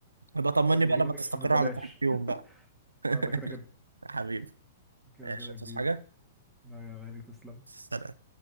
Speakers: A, on the right; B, in the centre.
A: يبقى طمني
B: بقى
A: بقى
B: نيجي
A: لما
B: نكشف
A: تستقر
B: ببلاش
A: على ترك فيهم بقى
B: <laughs>
A: <laughs>
B: اه ده كده كده
A: حبيبي
B: كده
A: ماشي
B: كده يا
A: تصحى
B: كبير
A: حاجة
B: لا يا غالي تسلم
A: سلام